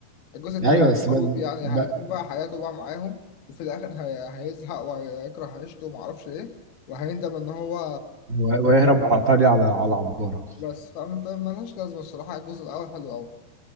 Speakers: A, on the left; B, on the right.
A: الجزء التاني
B: ايوه بس
A: معروف
B: بقى,
A: يعني
B: بقى
A: هيكون بقى حياته بقى معاهم وفي الآخر هي- هيزهق وهيكره عيشته ومعرفش إيه وهيندم إن هو
B: ويهرب على ايطاليا على على عباره
A: بس فاهم فاهم ملهاش لازمة الصراحة الجزء الأول حلو أوي